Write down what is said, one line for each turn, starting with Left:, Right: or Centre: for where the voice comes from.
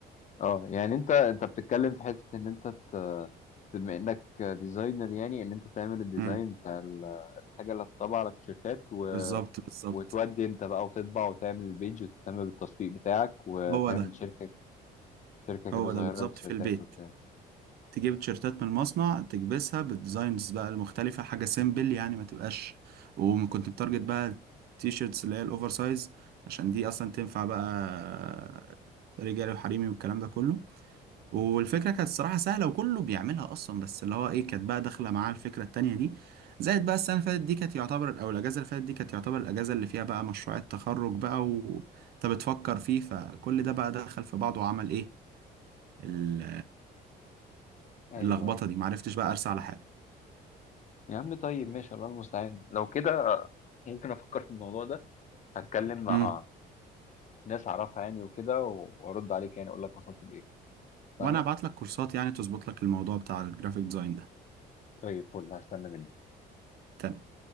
Left: اه يعني انت انت بتتكلم في حته ان انت بما انك ديزاينر يعني ان انت تعمل الديزاين
Right: امم
Left: بتاع ال- الحاجه اللي هتطبع على التيشيرتات و...
Right: بالظبط بالظبط
Left: وتودي انت بقى وتطبع وتعمل البيج وتهتم بالتسويق بتاعك وتعمل
Right: هو ده
Left: شركه شركه كده
Right: هو
Left: صغيره
Right: ده بالظبط
Left: للتيشيرتات
Right: في البيت
Left: وبتاع
Right: تجيب تيشيرتات من المصنع تكبسها بالديزاينز بقى المختلفة حاجة سيمبل يعني ما تبقاش وكنت بتارجت بقى التيشيرتس اللي هي الأوفر سايز عشان دي أصلا تنفع بقى رجالي وحريمي والكلام ده كله والفكرة كانت الصراحة سهلة وكله بيعملها أصلا بس اللي هو إيه كانت بقى داخلة معاه الفكرة التانية دي زائد بقى السنة اللي فاتت دي كانت يعتبر أو الأجازة اللي فاتت دي كانت يعتبر الأجازة اللي فيها بقى مشروع التخرج بقى وأنت بتفكر فيه فكل ده بقى دخل في بعضه وعمل إيه ال-
Left: ايوه
Right: اللخبطه
Left: ايوه
Right: دي معرفتش بقى ارسى على حاجه
Left: يا عم طيب ماشي الله المستعان لو كده ممكن افكر في الموضوع ده هتكلم مع
Right: امم
Left: ناس اعرفها يعني وكده وارد عليك يعني اقول لك وصلت لايه اتفقنا؟
Right: وانا ابعت لك كورسات يعني تظبط لك الموضوع بتاع الجرافيك ديزاين ده
Left: طيب فل هستنى منك
Right: تمام